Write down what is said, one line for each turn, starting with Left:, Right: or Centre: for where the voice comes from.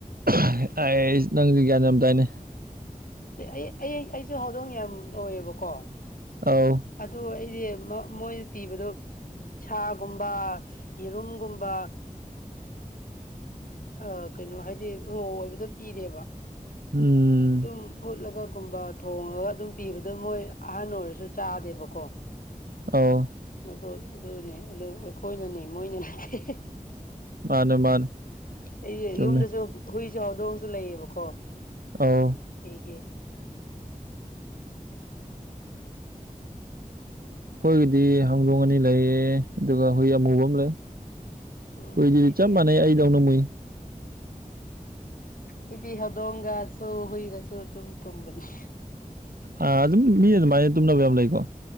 Right: ꯑꯩ ꯑꯩ ꯅꯪꯁ ꯒ꯭ꯌꯥꯟ ꯌꯥꯝꯝꯇꯥꯏꯅꯦ
Left: ꯑꯩ ꯑꯩ ꯑꯩꯁꯨ ꯍꯧꯗꯣꯡ ꯌꯥꯝ ꯂꯣꯏꯌꯦꯕꯀꯣ
Right: ꯑꯧ
Left: ꯑ ꯑꯩꯗꯤ ꯃꯣꯏꯅ ꯇꯤꯕꯗꯣ ꯁꯥꯒꯨꯝꯕ ꯌꯦꯔꯨꯝꯒꯨꯝꯕ ꯎ ꯀꯩꯅꯣ ꯍꯥꯏꯗꯤ ꯔꯣ ꯑꯣꯏꯕꯗ ꯄꯤꯔꯦꯕ
Right: ꯎꯝ
Left: ꯑꯗꯨꯝ ꯐꯣꯠꯂꯒ ꯨꯝꯕ ꯊꯣꯡꯉꯒ ꯑꯗꯨꯝ ꯄꯤꯕꯗ ꯃꯣꯏ ꯑꯍꯟ ꯑꯣꯏꯔꯁꯨ ꯆꯥꯗꯦꯕꯀꯣ
Right: ꯑ
Left: ꯈꯣꯏ ꯑꯗꯨꯅꯦ ꯑꯗꯨ ꯑꯩꯈꯣꯏꯅꯅꯦ ꯃꯣꯏꯅ ꯅꯠꯇꯦ
Right: ꯃꯥꯅꯦ ꯃꯥꯅꯦ
Left: ꯑꯩ
Right: ꯆꯨꯝꯃꯦ
Left: ꯌꯨꯝꯗꯁꯨ ꯍꯨꯏꯁꯨ ꯍꯥꯎꯗꯣꯡꯁꯨ ꯂꯩꯌꯦꯕꯀꯣ
Right: ꯑꯧ
Left: ꯍꯒꯤ
Right: ꯑꯩꯈꯣꯏꯒꯤꯗꯤ ꯍꯥꯡꯗꯣꯡ ꯑꯅꯤ ꯂꯩꯌꯦ ꯑꯗꯨꯒ ꯍꯨꯏ ꯑꯃꯨꯕ ꯑꯃ ꯂꯩ
Left: ꯎꯝ
Right: ꯍꯣꯏꯗꯤꯔꯤꯠ
Left: ꯑꯁ ꯑꯩꯗꯤ
Right: ꯆꯆꯥ ꯃꯅꯦ
Left: ꯌꯥꯝ ꯄꯥꯝ
Right: ꯑꯩꯗꯧꯅ ꯃꯨꯏ
Left: ꯍꯥꯏꯗꯤ ꯍꯧꯗꯣꯡꯒꯁꯨ ꯍꯨꯏꯒꯁꯨ ꯑꯗꯨꯝ ꯇꯨꯝꯕꯅꯤ
Right: ꯑ ꯑꯗꯨꯝ ꯃꯤ ꯑꯗꯨꯃꯥꯏꯅ ꯇꯨꯝꯅꯕ ꯌꯥꯝ ꯂꯩꯀꯣ